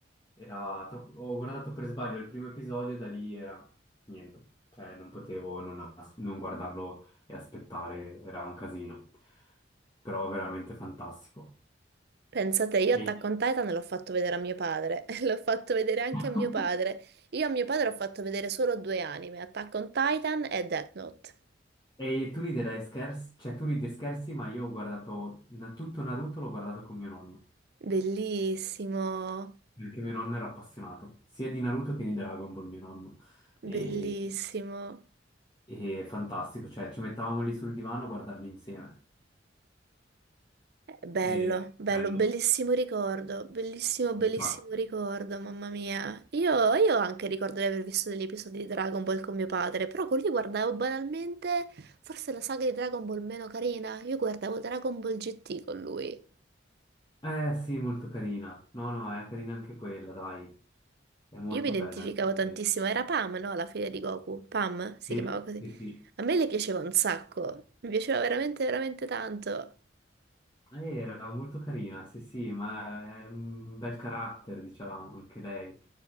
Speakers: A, on the left (about 25°); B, on the right (about 55°).
A: era troppo... ho guardato per sbaglio il primo episodio e da lì era niente, cioè non potevo non, as- non guardarlo e aspettare, era un casino, però veramente fantastico.
B: Pensate, io
A: E,
B: Attack on Titan l'ho fatto vedere a mio padre, <laughs> l'ho fatto vedere anche
A: <laughs>
B: a mio padre. Io a mio padre ho fatto vedere solo due anime, Attack on Titan e Death Note.
A: e tu riderai scherzi, cioè tu ridi e scherzi, ma io ho guardato na- tutto Naruto, l'ho guardato con mio nonno.
B: Bellissimo,
A: Perché mio nonno era appassionato sia di Naruto che di Dragon Ball, mio nonno. E,
B: bellissimo.
A: e fantastico, cioè ci mettavamo lì sul divano a guardarli insieme.
B: Bello,
A: E
B: bello,
A: bello.
B: bellissimo ricordo, bellissimo, bellissimo
A: Infatti.
B: ricordo, mamma mia. Io, io anche ricordo di aver visto degli episodi di Dragon Ball con mio padre, però con lui guardavo banalmente forse la saga di Dragon Ball meno carina. Io guardavo Dragon Ball GT con lui.
A: Eh sì, molto carina. No, no, è carina anche quella, dai. È molto
B: Io mi identificavo
A: bella. mi
B: tantissimo,
A: piace.
B: era Pam, no? La figlia di Goku, Pam si
A: Sì,
B: chiamava così.
A: sì, sì.
B: A me le piaceva un sacco, mi piaceva veramente, veramente tanto.
A: Eh, Era molto carina, sì, sì, ma è un bel carattere, diciamo, anche lei.